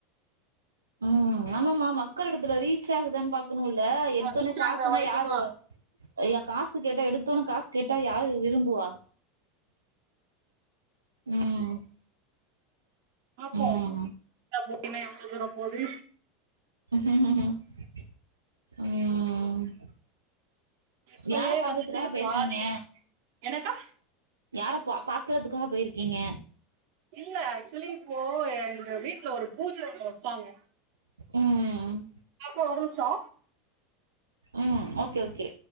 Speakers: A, on the right; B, on the right.
A: ம் ஆமாமமா மக்கள் இடத்துல ரீச் ஆகுதான்னு பாக்கணுல்ல எடுத்தொனே
B: ரீச்
A: காசுன்னா
B: ஆகுற வரைக்கு
A: யார்
B: தா
A: வரு அய்யா காசு கேட்டா எடுத்தோன்ன காசு கேட்டா யாரு விரும்புவா ம்
B: பாப்போ
A: ம்
B: னா போட்டினா எவ்ளோ தூரம் போது
A: ம்
B: இப்பயே
A: யார பாக்கறதுக்காக
B: வந்துட்டு
A: போயிருக்கீங்க
B: பாதி என்னக்கா
A: யார பாக் பாக்குறதுக்காக போயிருக்கீங்க
B: இல்ல ஆக்சுவலி இப்போ எங்க வீட்ல ஒரு பூஜ ஒண்ணு வச்சாங்க
A: ம்
B: பாப்பு ஒரு நிம்ஷொ
A: ம் ஓகே ஓகே